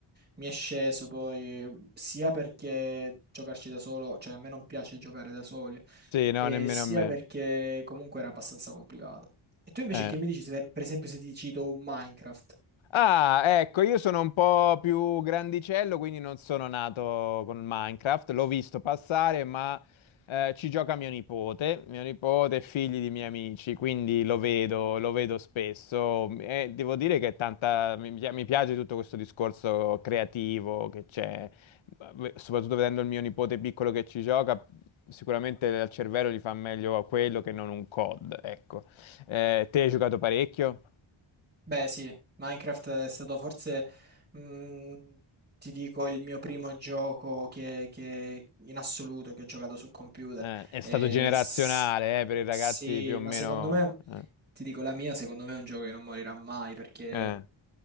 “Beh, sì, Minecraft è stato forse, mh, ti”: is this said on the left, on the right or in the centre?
Right